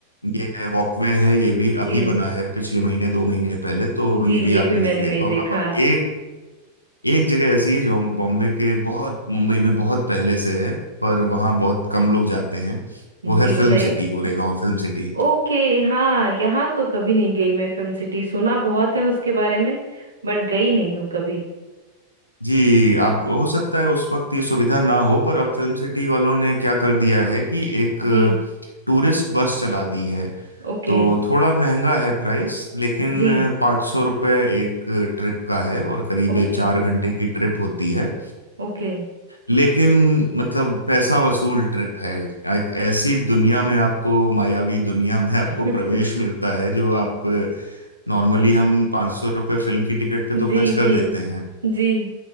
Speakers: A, on the left; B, on the right.
A: ये है वॉकवे है ये भी
B: जी
A: अभी बना है पिछले महीने दो महीने पहले तो
B: जी
A: ये भी
B: ये भी
A: आपने
B: मैंने
A: नहीं देखा
B: नहीं देखा
A: होगा पर एक एक जगह ऐसी है जो हम- बॉम्बे के बहुत मुंबई में बहुत पहले से है पर वहाँ बहुत कम लोग जाते हैं वो है
B: जी बताइए
A: Film City Goregaon Film City
B: ओके हाँ यहाँ तो कभी नहीं गई मैं फिल्म सिटी सुना बहुत है उसके बारे में बट गई नहीं हूँ कभी
A: जी आप हो सकता है उस वक्त ये सुविधा ना हो पर अब फिल्म सिटी वालों ने क्या कर दिया है कि एक
B: जी
A: टूरिस्ट बस चला दी है
B: ओके
A: तो थोड़ा महंगा है प्राइस लेकिन
B: जी
A: पाँच सौ रुपये एक ट्रिप का है और करीब
B: Okay
A: चार घंटे की ट्रिप होती है
B: okay
A: लेकिन मतलब पैसा वसूल ट्रिप है एक ऐसी दुनिया में आपको मायावी दुनिया में आपको
B: <laughs>
A: प्रवेश मिलता है जो आप नॉर्मली हम पाँच सौ रुपये फिल्म की टिकट पे तो
B: जी
A: खर्च कर
B: जी
A: देते हैं
B: जी